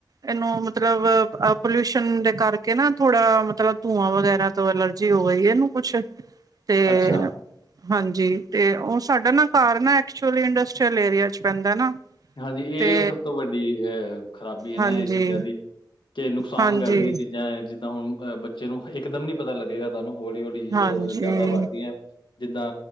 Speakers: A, on the right; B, on the left.
A: ਇਹਨੂੰ ਮਤਲਬ ਪੋਲਿਊਸ਼ਨ ਦੇ ਕਰਕੇ, ਨਾ ਥੋੜਾ ਮਤਲਬ ਧੂੰਆਂ ਵਗੈਰਾ ਤੋ ਐਲਰਜੀ ਹੋ ਰਈ, ਇਨੂੰ ਕੁਛ ਤੇ
B: ਅੱਛਾ,
A: ਹਾਂਜੀ। ਤੇ ਉਹ ਸਾਡਾ ਨਾ ਘਾਰ ਨਾ ਐਕਚੁਲੀ ਇੰਡਸਟਰੀਅਲ ਏਰੀਆ ਚ ਪੈਂਦਾ ਨਾ।
B: ਹਾਂਜੀ, ਇਹ
A: ਤੇ
B: ਸਭ ਤੋਂ ਵੱਡੀ ਅਹ ਖ਼ਰਾਬੀ ਹੈ,
A: ਹਾਂਜੀ
B: ਨਾ ਇਹ ਚੀਜ਼ਾਂ ਦੀ। ਤੇ ਨੁਕਸਾਨ
A: ਹਾਂਜੀ
B: ਕਰਦੀਆਂ, ਚੀਜ਼ਾਂ ਹੈ ਜਿੱਦਾਂ ਹੁਣ ਅ ਚਲੋ, ਇੱਕਦਮ ਨੀ ਪਤਾ ਲੱਗੇਗਾ, ਤੁਹਾਨੂੰ ਹੌਲੀ-ਹੌਲੀ
A: ਹਾਂਜੀ
B: ਜ਼ਿਆਦਾ ਵੱਧਦੀ ਹੈ। ਜਿੱਦਾਂ